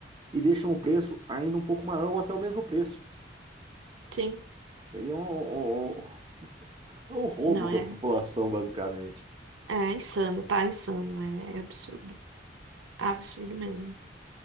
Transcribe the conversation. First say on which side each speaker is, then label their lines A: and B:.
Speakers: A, on the right; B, on the right.
A: e deixam o preço ainda um pouco maior ou até o mesmo preço.
B: sim.
A: Isso aí é um, um, um, um roubo
B: Não,
A: com
B: é,
A: a população, basicamente.
B: é insano, tá insano. É, é absurdo, absurdo mesmo.